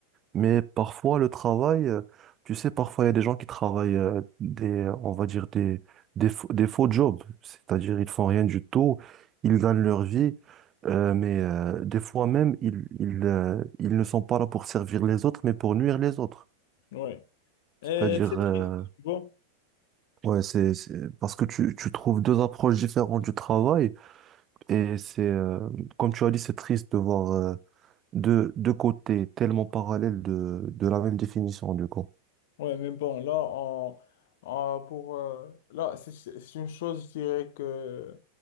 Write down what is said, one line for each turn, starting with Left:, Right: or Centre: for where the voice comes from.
Right: Mais parfois, le travail, euh, tu sais, parfois, il y a des gens qui travaillent euh, des, euh, on va dire, des, des, faux, des faux jobs. C'est-à-dire, ils font rien du tout, ils gagnent leur vie, euh, mais euh, des fois même, ils, ils, euh, ils ne sont pas là pour servir les autres, mais pour nuire les autres.
Left: Ouais. Et
Right: C'est-à-dire,
Left: c'est triste,
Right: euh,
Left: tu vois.
Right: ouais, c'est, c'est- parce que tu, tu trouves deux approches différentes du travail, et c'est, euh, comme tu as dit, c'est triste de voir euh, deux, deux côtés tellement parallèles de, de la même définition, du coup.
Left: Ouais, mais bon, là, on, on- pour, euh, là, c'est c'est une chose, je dirais que